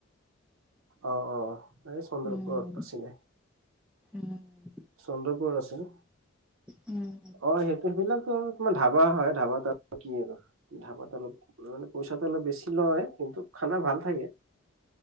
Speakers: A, on the right; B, in the centre.
A: অ', অ', এই চন্দ্ৰপুৰত
B: উম।
A: আছিলে।
B: উম'।
A: চন্দ্ৰপুৰত আছিল।
B: উম'।
A: অ সেইটো সেইবিলাকতো তোমাৰ ধাবা হয়, ধাবাত কি আৰু ধাবাত অলপ মানে পইচাটো অলপ বেছি লয় কিন্তু খানা ভাল থাকে।